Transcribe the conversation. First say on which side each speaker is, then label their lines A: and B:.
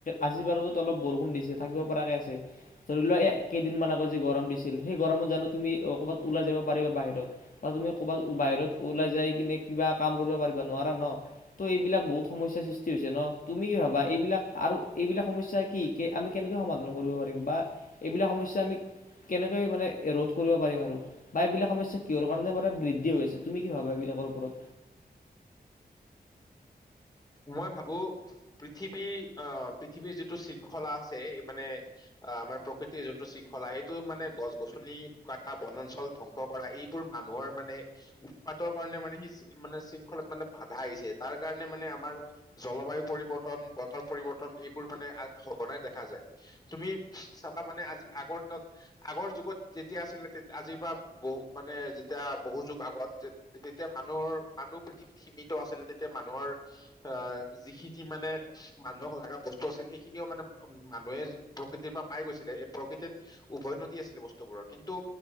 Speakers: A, on the left; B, on the left.
A: আজি বাৰু অলপ বৰষুণ দিছে, থাকিব পৰাকে আছে, ধৰি লোৱাক এই কেইদিন মমান আগত যি গৰম দিছিল, সেই গৰমত জানো তুমি ক'ৰবাত ওলাই যাব পাৰিবা বাহিৰত, ত' তুমি ক'ৰবাত বাহিৰত ওলাই য কিনে কিবা কাম কৰিব পাৰিবা, নোৱাৰা ন। ত' এইবিলাক বহুত সমস্যাৰ সৃষ্টি হৈছে ন, তুমি কি ভাবা, এইবিলাক আৰু এইবিলাক সমস্যা, কি কি, আমি কেনেকৈ সমাধান কৰিব পাৰিম বা এইবিলাক সমস্যা আমি কেনেকৈ মানে ৰোধ কৰিব পাৰিম আৰু, বা এইবিলাক সমস্যা কিহৰ কাৰণে মে বৃদ্ধি হৈ আছে, তুমি কি ভাবা এইবিলাকৰ ওপৰত?
B: মই ভাবো পৃথিৱীৰ আহ পৃথিৱীৰ যিটো শৃংখলা আছে, এই মানে আমাৰ প্ৰকৃতিৰ যোনটো শৃংখলা, সেইটো মানে গছ গছনি কাটা, বনাঞ্চল ধ্বংস কৰা, এইবোৰ মানুহৰ মানে উৎপাতৰ কাৰণে মানে সি মানে শৃংখলাত মানে বাধা আহিছে, তাৰ কাৰণে মানে আমাৰ জলবায়ু পৰিৱৰ্তন, বতৰ পৰিৱৰ্তন, এইবোৰ মানে সঘনাই দেখা যায়, তুমি চাবা মানে আজি আগৰ দিনত, আগৰ যুগত, যেতিয়া আছিলে আজিৰ পৰা বহু মানে যেতিয়া বহু যুগ আগত তেতিয়া মানুহৰ, মানুহ পৃথিৱীত সীমিত আছিলে তেতিয়া মানুহৰ আহ যিখিনি মানে মানুহক লগা বস্তু আছিল সেইখিনিও মানে উ মানুহে প্ৰকৃতিৰ পৰা পাই গৈছিলে, এই প্ৰকৃতিত উভৈ নদী আছিলে বস্তুবোৰৰ, কিন্তু